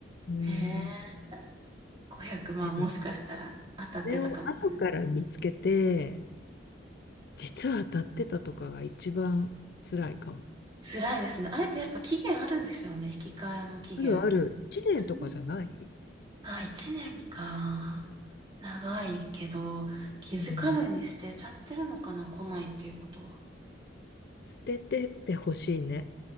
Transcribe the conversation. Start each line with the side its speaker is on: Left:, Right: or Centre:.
Left: うん
Right: ねえ。500万もしかしたら当たってたかもしれない。
Left: え、でも、これを後から見つけて、実は当たってたとかが一番辛いかも。
Right: 辛いですね。あれってやっぱ期限あるんですよね。引き換えの期限って。
Left: あるある。一年とかじゃない
Right: うんあ、1年か。長いけど、気づかずに捨てちゃってるのかな、
Left: うん。
Right: 来ないっていうことは。
Left: 捨ててってほしいね。